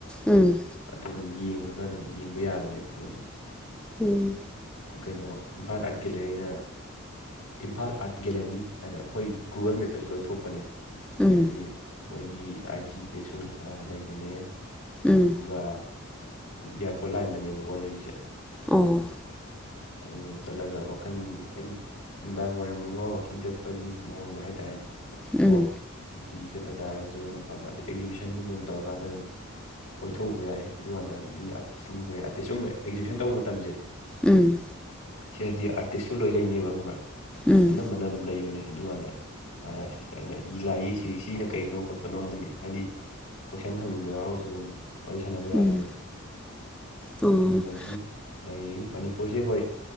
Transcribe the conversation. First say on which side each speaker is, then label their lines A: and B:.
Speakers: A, in the centre; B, on the left (about 85°).
A: ꯎꯝ
B: ꯑꯗꯨ ꯑꯗꯨꯝ ꯌꯦꯡꯉꯒ ꯑꯗꯨꯝ ꯌꯦꯡꯕ ꯌꯥꯕꯅꯦꯕ ꯃꯣꯏꯁꯨ
A: ꯎꯝ
B: ꯀꯩꯅꯣ ꯏꯝꯐꯥꯜ ꯑꯥꯔꯠ ꯒꯦꯂꯔꯤꯅ ꯏꯝꯐꯥꯜ ꯑꯥꯔꯠ ꯒꯦꯂꯔꯤ ꯍꯥꯏꯗꯅ ꯑꯩꯈꯣꯏ ꯒꯨꯒꯜ ꯃꯦꯞꯇꯁꯨ ꯂꯣꯏ ꯊꯣꯛꯄꯅꯦ
A: ꯎꯝ
B: ꯍꯥꯏꯗꯤ ꯃꯣꯏꯒꯤ ꯑꯥꯏ ꯖꯤ ꯄꯦꯁꯨ ꯂꯩꯕꯅꯦ
A: ꯎꯝ
B: ꯑꯗꯨꯒ ꯏꯌꯥꯔꯄꯣꯔꯠ ꯂꯥꯏꯟꯗꯅꯦꯕꯀꯣ ꯂꯩꯔꯤꯁꯦ
A: ꯑꯣ
B: ꯑꯗꯨ ꯑꯗꯨꯝ ꯆꯠꯂꯒ ꯋꯥꯈꯜ ꯍꯥꯏꯗꯤ ꯅꯨꯡꯗꯥꯡ ꯋꯥꯏꯔꯝꯒꯨꯝꯕ ꯋꯥꯛꯀꯤꯡ ꯆꯠꯄꯒꯤ ꯃꯑꯣꯡꯗ ꯍꯥꯏꯇꯥꯔꯦꯅꯦ ꯑꯗꯣ
A: ꯎꯝ
B: ꯅꯨꯡꯇꯤꯒꯤ ꯆꯠꯇ ꯇꯥꯔꯒꯁꯨ ꯅꯣꯡꯐꯥꯗꯣ ꯑꯦꯛꯖꯤꯕꯤꯁꯟꯒꯨꯝꯕ ꯑꯃ ꯇꯧꯔꯀꯥꯟꯗ ꯑꯗꯨꯝ ꯀ‌‌ꯣꯏꯊꯣꯛꯎꯕ ꯌꯥꯏ ꯑꯗꯨꯀꯥꯟꯗ ꯃꯤ ꯑꯥꯔꯇꯤꯁꯁꯤꯡꯁꯦ ꯑꯥꯔꯇꯤꯁ ꯑꯨꯝ ꯑꯦꯛꯖꯤꯕꯤꯁꯟ ꯇꯧꯕ ꯃꯇꯝꯁꯦ
A: ꯎꯝ
B: ꯁꯤ ꯗꯗꯤ ꯑꯥꯔꯇꯤꯁꯁꯨ ꯂꯣꯏ ꯂꯩꯅꯦꯕ ꯍꯪꯕ꯭ꯔꯥ
A: ꯎꯝ
B: ꯑꯅꯝꯕꯅ ꯑꯗꯨꯝ ꯂꯩꯕꯅꯦ ꯑꯗꯨꯀꯥꯟꯗ ꯑ ꯁꯤꯁꯇꯔꯅ ꯏ ꯂꯥꯏ ꯌꯦꯛꯏꯁꯤ ꯁꯤꯅ ꯀꯩꯅꯣ ꯈꯣꯠꯄꯅꯣ ꯑꯗꯨꯝ ꯍꯥꯏꯗꯤ ꯀꯣꯏꯁꯟ ꯍꯪꯅꯤꯡꯕ ꯌꯥꯎꯔꯒꯁꯨ ꯑꯗꯨꯝ ꯋꯥꯔꯤ ꯁꯥꯟꯅꯕ ꯌꯥꯕꯅꯦꯕ
A: ꯎꯝ ꯑꯣ ꯎꯝ
B: ꯑꯗꯨꯒꯨꯝꯕꯒꯤ ꯂꯩ ꯃꯅꯤꯄꯨꯔꯁꯦ ꯍꯣꯏ